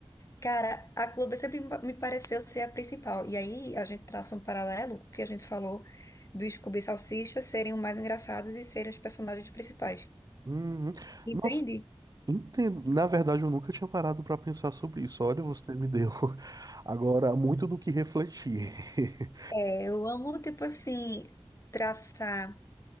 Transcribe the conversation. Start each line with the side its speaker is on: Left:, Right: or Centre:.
Left: Cara, a Globo sempre me pareceu ser a principal. E aí a gente traça um paralelo com o que a gente falou do Scooby e Salsicha serem os mais engraçados e serem os personagens principais.
Right: Uhum.
Left: Entende?
Right: Nossa, entendo. Na verdade, eu nunca tinha parado para pensar sobre isso. Olha, você me deu <laughs> agora muito do que refletir. <laughs>
Left: É, Eu amo, tipo assim, traçar